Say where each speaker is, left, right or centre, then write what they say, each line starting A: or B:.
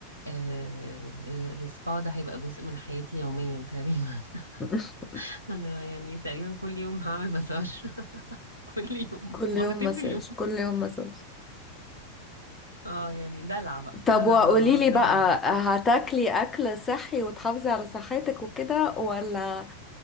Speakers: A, on the left (about 90°); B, on the left (about 15°).
A: آه... آه... السبا ده هيبقى جزء من حياتي يوميا تقريبا
B: <laughs>
A: <laughs> انا يعني تقريبا كل يوم هعمل مساج <laughs> كل يوم
B: كل
A: مرتين
B: يوم مساج
A: في اليوم
B: كل يوم مساج
A: اه يعني دلع بقى
B: طب
A: دلع
B: وقولي لي
A: دلع
B: بقى
A: بس
B: هتاكلي اكل صحي وتحافظي على صحتك وكده ولا